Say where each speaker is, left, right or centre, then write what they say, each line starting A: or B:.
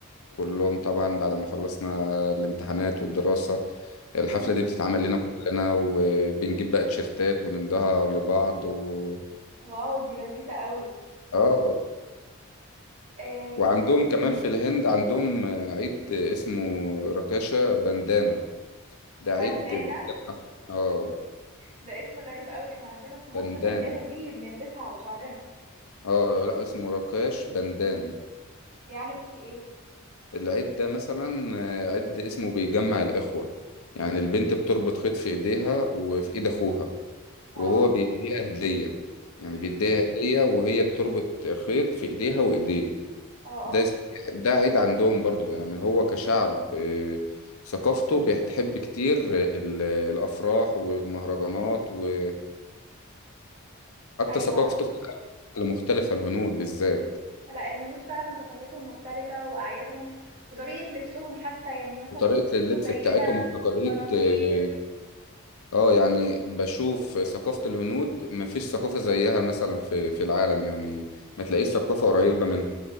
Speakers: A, on the left; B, on the right.
A: كلهم طبعا بعد ما خلصنا الامتحانات والدراسة الحفلة
B: امم
A: دي بتتعمل لنا كلنا وبنجيب بقى تيشيرتات ونمضها لبعض و...
B: واو دي لذيذه قوي
A: اه
B: آه
A: وعندهم كمان في الهند عندهم عيد اسمه راكاشا بندانا ده
B: بندانه
A: عيد بيتجمع في- اه
B: ده اسم غريب قوي احنا عندنا في مصر
A: بندان
B: بندانه دي بنلبسها على شعرنا
A: اه لا اسمه راكاش بندان
B: يعمل فيه ايه
A: العيد ده مثلا عيد اسمه بيجمع الإخوة يعني البنت بتربط خيط في ايديها وفي ايد اخوها
B: اه
A: وهو بيديها هدية يعني
B: امم
A: بيديها هدية وهي بتربط خيط في ايديها وايديه
B: اه
A: ده
B: اه
A: ده عيد عندهم برضو يعني هو كشعب آه، ثقافته بتحب كتير ال- الأفراح والمهرجانات وحتى
B: ايوه
A: ثقافته في الأكل مختلفة الهنود بالذات
B: لا الهنود فعلا ثقافتهم مختلفة وأعيادهم وطريقة لبسهم حتى يعني مثلا
A: وطريقة
B: مش بيلبسوا
A: اللبس
B: زينا
A: بتاعتهم والتقاليد
B: بناطيل
A: اه آه، يعني بشوف ثقافة الهنود مفيش ثقافة زيها مثلا في في العالم يعني ما تلاقيش ثقافة قريبة منها